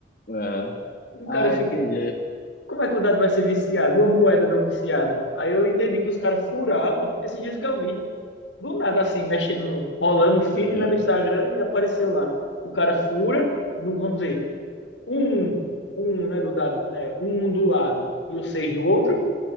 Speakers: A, on the left (about 50°); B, on the left (about 90°).
A: Aham.
B: E o cara
A: Ah,
B: fica,
A: entendi.
B: como é que um dado vai ser viciado? Uma moeda não viciada. Aí eu entendi que os caras furavam, esses dias que eu vi, do nada assim, mexendo, rolando o feed
A: Aham,
B: né, do Instagram e apareceu lá. O cara fura, no, vamos dizer, um, um né, do dado, né, um do lado e o seis do outro.